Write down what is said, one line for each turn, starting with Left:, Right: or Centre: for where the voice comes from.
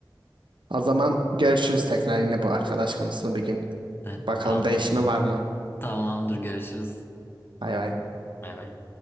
Right: O zaman görüşürüz tekrar yine bu arkadaş konusunu bir gün.
Left: <laughs>
Right: Bakalım
Left: Tamamdır.
Right: değişme var mı?
Left: Tamamdır görüşürüz.
Right: Bay bay.
Left: Bay bay.